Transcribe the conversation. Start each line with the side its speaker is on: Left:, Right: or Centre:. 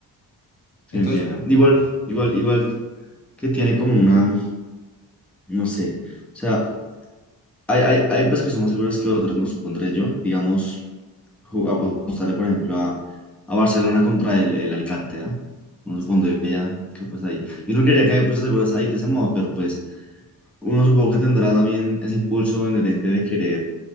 Centre: Sí,
Left: Entonces,
Centre: entiendo.
Left: pues,
Centre: Igual, igual, igual que tiene como una, no sé. O sea, Hay, hay, hay pues que son más seguras que otras, no supondré yo. Digamos, ju- apostarle, por ejemplo, a, a Barcelona contra el, el Alicante, ¿no? Uno
Left: sí,
Centre: supondría que pues ahí. Yo no quería que hay apuestas seguras ahí de ese modo, pero pues uno supongo que tendrá también ese impulso inherente de querer